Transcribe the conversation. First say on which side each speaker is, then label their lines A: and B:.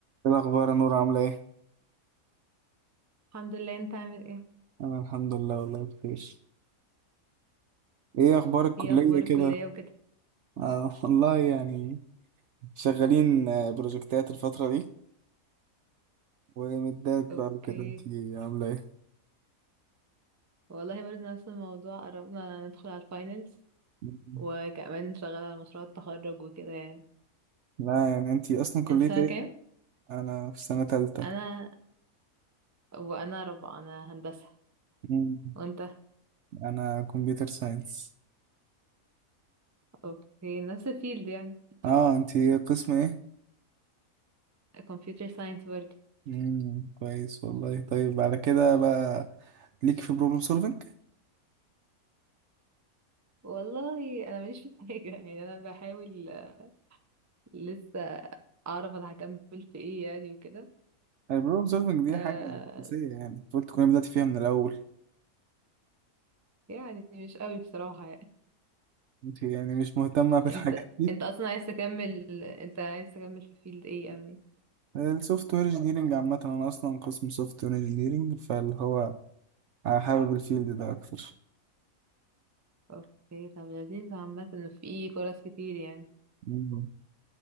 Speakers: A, on the right (about 65°); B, on the right (about 20°).
A: ايه الاخبار يا نور عامله ايه
B: الحمد لله انت عامل ايه
A: انا الحمد لله والله بخير ايه اخبار الكليه
B: ايه اخبار
A: كده
B: الكلية وكده
A: آه والله يعني شغالين آه، بروجكتات الفتره دي ومدات بقى
B: اوكي
A: وكده انت عامله ايه
B: والله برضه نفس الموضوع قربنا ندخل على الفاينلز
A: مم.
B: وكمان شغالة على مشروع التخرج وكده يعني
A: لا يعني انت اصلا كليه
B: انت سنة
A: ايه
B: كام
A: انا في سنه تالتة
B: انا وانا رابعة انا هندسة
A: مم.
B: وانت
A: انا كمبيوتر ساينس
B: اوكي نفس الفيلد يعني
A: اه انت قسم ايه
B: كمبيوتر ساينس برضه
A: مم. كويس والله طيب على كده بقى ليك في بروبلم سولفنج
B: والله انا ماليش في حاجة <laughs> يعني انا بحاول آه، لسه اعرف انا هكمل في ايه يعني وكده
A: البروبلم سولفنج دي
B: آه
A: حاجه اساسيه يعني المفروض تكوني بدأتي فيها من الاول
B: يعني مش قوي بصراحة
A: انت يعني مش مهتمة بالحاجات
B: انت
A: دي
B: انت اصلا عايز تكمل انت عايز تكمل في فيلد ايه يعني
A: السوفت وير انجينيرنج عامة انا اصلا قسم سوفت وير انجينيرنج فاللي هو حابب الفيلد ده اكتر
B: اوكي طب لذيذ عامة انه في فرص كتير يعني
A: مم.